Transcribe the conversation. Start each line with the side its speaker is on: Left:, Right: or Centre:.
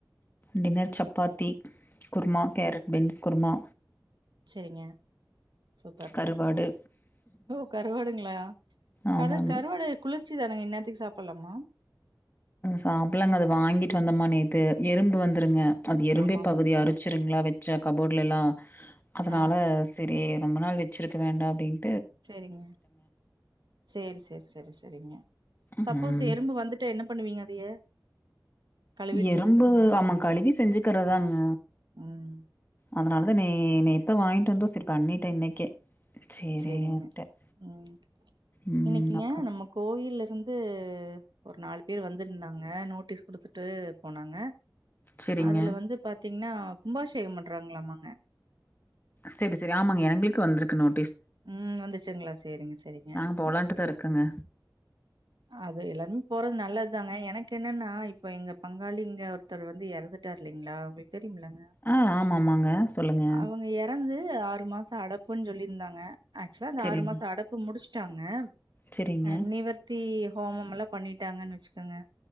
Left: dinner chapati kurma carrot beans kurma
Right: செரிங்க சூப்பர்
Left: கருவாடு
Right: ஓ கருவாடுங்களா
Left: ஆமாங்க
Right: கரு-கருவாடு குளி ச்சிதானங்க இன்னாத்துக்கு சாப்பல்லாமா
Left: சாப்பில்லாங்க அது வாங்கிட்டு வந்தமா நேத்து எறும்பு வந்துருங்க அது எறும்பே
Right: ஆமாமா.
Left: பகுதி அரிச்சிருங்களா வச் சேல கபோர்ட்லலாம் அதனால
Right: ஆ
Left: செரி ரொம்ப நாள் வச்சிருக்க வேண்டா அப்டின்
Right: செரிங்க செரிங்க -செரி-செரி-செரிங்க சப்போஸ்
Left: ம்,
Right: எறும்பு வந்துட்டா என்னப் பண்ணுவீங்க அதைய கழுவிட்டு
Left: எறும்பு
Right: செஞ்சுக்குவீங்களா?
Left: ஆம கழுவி செஞ்சுக்குறதுதாங்க
Right: ம்
Left: அதனால தான் ந நேத்த வாங்கிட்டு வந்தோ சரி பண்ணட்டேன் இன்னைக்கே சரின்ட்டேன்.
Right: சரிங்க உஹம்
Left: ம்.
Right: இன்னைக்குங்க
Left: அப்புறம்
Right: நம்ம கோயில இருந்து ஒரு நாலு பேர் வந்துருந்தாங்க நோட்டீஸ் கொடுத்து து போனாங்க
Left: சரிங்க.
Right: அதுல வந்து பா பாத்தீங்கன்னா கும்பாபிஷேகம் பண்றாங்களாமாங்க
Left: சரி சரி ஆமாங்க எங்களுக்கு வந்திருக்கு நோட
Right: உம் வந்துச்சங்களா செரிங்க செரிங்க
Left: நாங்க போலான்ட்டு தான் இருக்கோங்க.
Right: அது எல்லாருமே போறதுன நல்ல தாங்க எனக்கு என்னன்னா அவ்வளவு தாங்க எனக்கென்னனா இப்போ எங்க பங்காளி இங்க ஒருத்தர் வந்து இறந்துட்டாரு இல்லைங்களா தெரியுமுலங்க
Left: ஆ ஆமாமாங்க. சொல்லுங்க.
Right: அவங்க இறந்து ஆறு இந்த மாசம் அடப்புன்னு சொல்லியிருந்தாங்க ஆக்சுவலா அந்த
Left: சரிங்க.
Right: ஆறு மாசம் அடப்பு முடிச்சு விட்டாங்க
Left: சரிங்க.
Right: அ நிவர்த்தி ஓமம்லா பண்ணிட்டாங்கன்னு வச்சுக்கோங்க